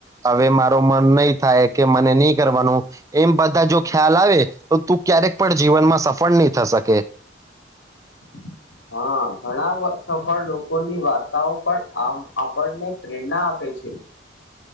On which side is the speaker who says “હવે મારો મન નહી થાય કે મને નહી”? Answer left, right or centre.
Right